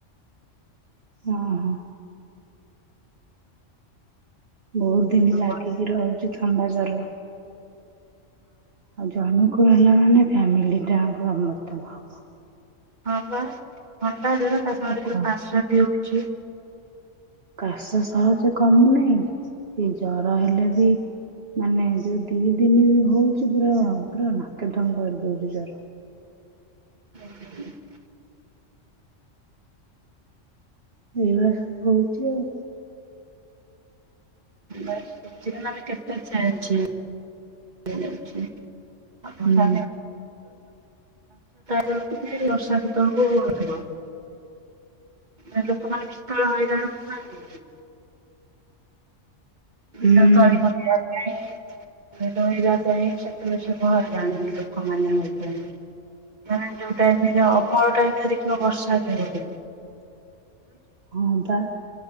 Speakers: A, on the right; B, on the right.
A: ହଁ ହଁ। ବହୁତ ଦିନ
B: ହଁ
A: ଲାଗିକି ରହୁଛି ତ ଥଣ୍ଡାଜର। ଆଉ ଜଣକୁ <unintelligible> ହେଲା ମାନେ ଫ୍ୟାମିଲିଟା। ସମସ୍ତକୁ ହବ।
B: ହଁ ପା ହଁ। <unintelligible>
A: ଆଉ କଣ।
B: କିଏ?
A: କାଶ ସହଜେ କମୁନାହିଁ। ସେ ଜର ହେଲେ ବି ମାନେ ଯୋଉ ଦି ଦିନ ବି ହଉଛି, ପୁରା ପୁରା ନାକେଦମ କରିଦଉଛି ଜର।
B: ହଁ।
A: ଏଇ ବା ସବୁ ହଉଛି ଆଉ
B: ବାସ ସବଜି ଆମେ କେତେ ଚାହୁଁଛୋଉ। <unintelligible> <unintelligible> ପାଞ୍ଚଛଅଟା
A: ହୁଁ
B: ବେଳକୁ ଯେ। <unintelligible> ଲୋକମାନେ ବିକଳ ହଇରାଣ ହଉନାହାନ୍ତି କି? ବିଲ
A: ହୁଁ
B: ତଳି ପକେଇଆ <unintelligible> ରୋଇବା ପାଇଁ ସେତେବେଳେ ଶୁଭ <unintelligible> ଲୋକମାନେ ମଧ୍ୟରେ <unintelligible> ଯୋଉ ଟାଇମରେ ଅମଳ ଟାଇମରେ ଦେଖିବ ବର୍ଷା ଜୋରେ
A: ହଁ ବା।